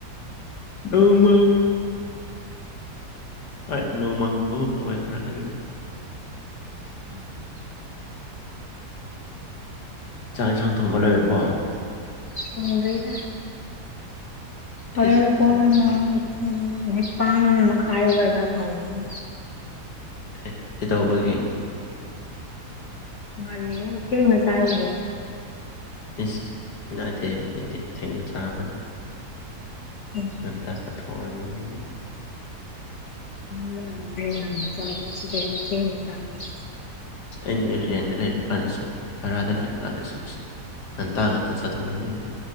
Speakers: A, on the left; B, on the left.
A: ꯗꯃ <unintelligible> ꯍꯣꯏ ꯅꯣꯡꯃꯪꯕꯒꯨꯝ ꯂꯧꯋꯦ ꯈꯔ ꯈꯔꯗꯤ
B: ꯎꯝ <unintelligible>
A: ꯆꯥꯛ ꯏꯟꯁꯥꯡ ꯊꯣꯡꯕ ꯂꯣꯏꯔꯕꯣ
B: ꯊꯣꯡꯗꯔꯤꯗ ꯑꯍꫭꯔꯣꯟ
A: ꯏꯁ
B: ꯄꯨꯡ
A: ꯊꯣꯡꯗ꯭ꯔꯤ
B: ꯅꯤꯄꯥꯟ ꯃꯈꯥꯏ ꯑꯗꯨꯋꯥꯏꯗ ꯍꯧꯒꯅꯤ
A: ꯑꯦ ꯀꯩꯗꯧꯕꯒꯤ
B: ꯉꯜꯂ‌ꯦ ꯊ‌ꯦꯡꯅꯥ ꯆꯥꯏꯌ‌ꯦ
A: ꯏꯁ ꯍꯩꯅꯗꯦ ꯑꯩꯗꯤ ꯊꯦꯡꯅ ꯆꯥꯕꯗꯣ
B: ꯎꯝ
A: ꯉꯟꯇꯥ ꯑꯊꯨꯕ ꯑꯣꯏꯅꯤꯡꯉ <unintelligible> ꯍꯥꯏꯗꯤ
B: ꯅꯪꯪ ꯆ ꯑꯁꯤ <unintelligible> ꯊ ꯆ <unintelligible>
A: ꯦꯟꯗ <unintelligible> ꯂꯩꯔ ꯀꯥꯟꯗꯁꯨ ꯕꯔꯥꯗ ꯂꯩꯔ ꯀꯥꯟꯗꯁꯨ ꯉꯟꯇꯥ ꯉꯟꯇ ꯆꯥꯊꯣꯛꯑꯦ ꯑꯩꯗꯤ